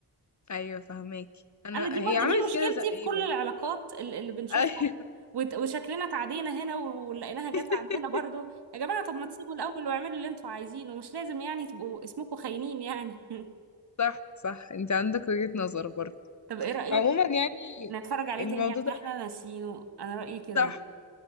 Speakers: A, on the left (about 45°); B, on the right (about 85°).
A: ايوه فهماكي انا
B: انا دي برضه
A: هي عملت
B: دي مشكلتي
A: كده تقريبا
B: في كل العلاقات ال- اللي بنشوفها
A: ايوه
B: وت- وشكلنا اتعدينا هنا ولقيناها جت
A: <laughs>
B: عندنا برضه يا جماعه طب ما تسيبوا الاول واعملوا اللي انتوا عايزينه مش لازم يعني تبقوا اسمكم خاينين يعني <laughs>
A: صح صح انت عندك وجهة نظر برضه
B: طب ايه رايك
A: عموما يعني
B: نتفرج عليه
A: الموضوع
B: تاني عشان
A: ده
B: احنا ناسيينه انا رايي كده
A: صح
B: يعني